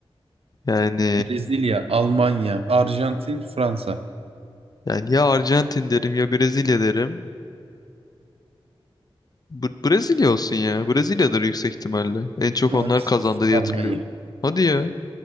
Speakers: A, on the left; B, on the right.
A: Yani
B: Brezilya, Almanya, Arjantin, Fransa.
A: yani ya Arjantin derim ya Brezilya derim. Br- Brezilya olsun ya. Brezilya'dır yüksek ihtimalle. En çok
B: Maalesef
A: onlar kazandı diye
B: Almanya.
A: hatırlıyorum. Hadi ya.